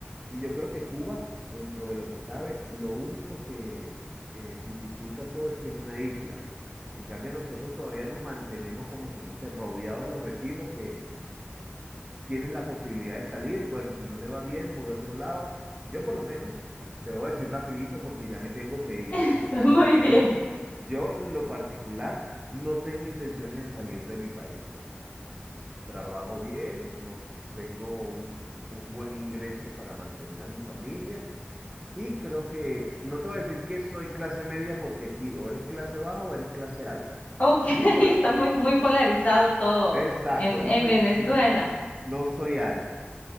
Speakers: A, on the right; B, on the left.
A: y yo creo que Cuba, dentro de lo que cabe, lo único que, que dificulta todo es que es una isla. En cambio, nosotros todavía nos mantenemos, como quien dice, rodeados de los vecinos que tienen la posibilidad de salir. Y bueno, si no me va bien, voy a otro lado. Yo por lo menos, te lo voy a decir rapidito porque ya me tengo que ir,
B: <laughs>
A: ¿oíste?
B: Muy
A: Pero
B: bien.
A: yo, yo en lo particular, no tengo intenciones de salir de mi país, pues. Trabajo bien, no tengo un, un buen ingreso para mantener a mi familia. Y creo que, no te voy a decir que soy clase media porque aquí o eres clase baja o eres clase alta.
B: Ok, <laughs>
A: Y no,
B: está muy,
A: e-
B: muy polarizado todo
A: Exacto,
B: en,
A: no
B: en
A: soy,
B: Venezuela.
A: no soy alto,